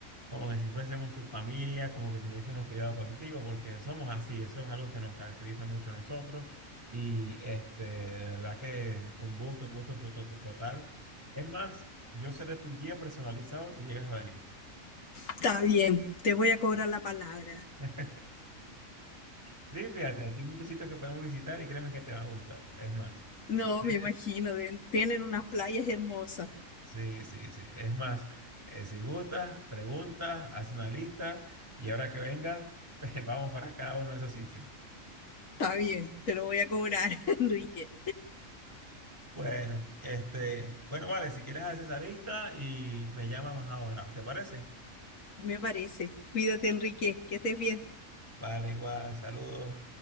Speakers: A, on the right; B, on the left.
A: como que si fuésemos tu familia, como que si nos hubiésemos criado contigo, porque somos así, eso es algo que nos caracteriza mucho a nosotros. Y este, de verdad que un gusto, un gusto to- to- to- total. Es más, yo seré tu guía personalizado si llegas a venir.
B: Está bien, te voy a cobrar la palabra.
A: <laughs> Sí, fíjate, aquí hay muchos sitios que podemos visitar y créeme que te van a gustar. Es más,
B: No,
A: si quieres,
B: me imagino, de- tienen unas playas hermosas.
A: sí, sí, sí. Es más, eh, si gustas, preguntas, haz una lista y ahora que venga, <laughs> te vamos para cada uno de esos sitios.
B: Está bien, te lo voy a cobrar, <laughs> Enrique.
A: Bueno, este, bueno, vale, si quieres haces esa lista y me llamas más ahora, ¿te parece?
B: Me parece. Cuídate, Enrique, que estés bien.
A: Vale, igual, saludos.